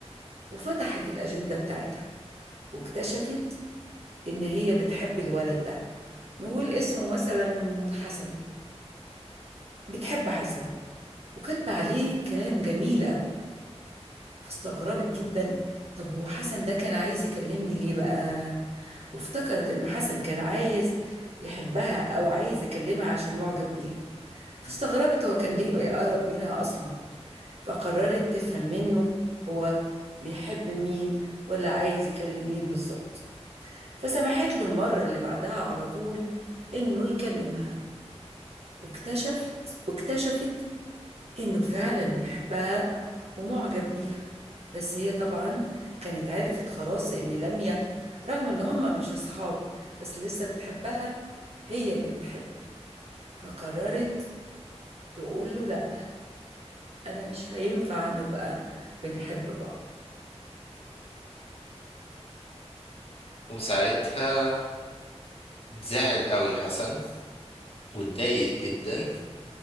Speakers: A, on the right; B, on the left.
A: وفتحت الأجندة بتاعتها واكتشفت إن هي بتحب الولد ده نقول اسمه مثلا حسن بتحب حسن وكاتبة عليه كلام جميل قوي فاستغربت جدا طب هو حسن ده كان عايز يكلمني ليه بقى وافتكرت إنه حسن كان عايز يحبها أو عايز يكلمها عشان معجب بيها فاستغربت هو كان ليه بيقرب منها أصلا فقررت تفهم منه هو بيحب مين ولا عايز يكلم مين بالظبط فسمحت له المرة اللي بعدها على طول إنه يكلمها واكتشفت واكتشفت إنه فعلا بيحبها ومعجب بيها بس هي طبعا كانت عرفت خلاص إن لميا رغم إن هما مش أصحاب بس لسه بتحبها هي اللي بتحب فقررت تقول له لأ أنا مش هينفع نبقى بنحب بعض
B: وساعتها زعل قوي حسن واتضايق جدا